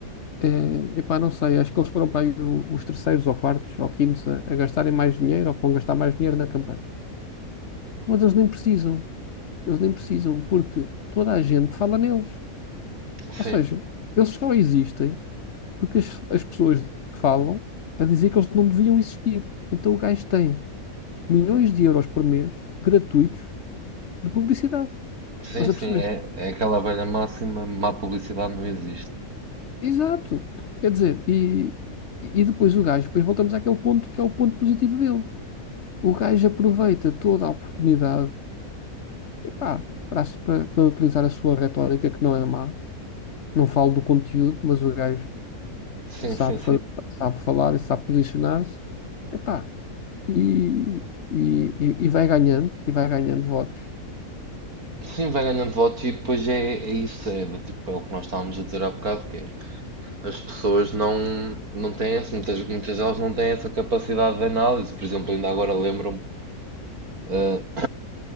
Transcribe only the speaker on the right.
sim,
sim,
sim,
é, é aquela velha máxima, má publicidade não existe.
Sim,
sim, sim.
Sim, vai ganhando voto e depois é, é isso, é, do tipo, é o que nós estávamos a dizer há bocado, que é. As pessoas não, não têm essa, muitas, muitas delas não têm essa capacidade de análise. Por exemplo, ainda agora lembro-me, eh,